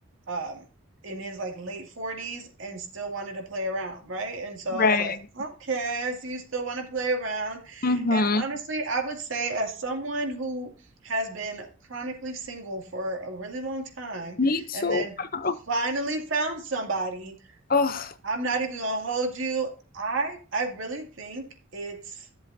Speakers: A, on the right; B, on the left.
A: um in his like late 40s and still wanted to play around, right? And so
B: Right.
A: I was like, okay, so you still want to play around.
B: Mm-hmm.
A: And honestly, I would say as someone who has been chronically single for a really long time
B: Me too,
A: and then
B: <laughs> girl.
A: finally found somebody
B: Ugh.
A: I'm not even gonna hold you. I I really think it's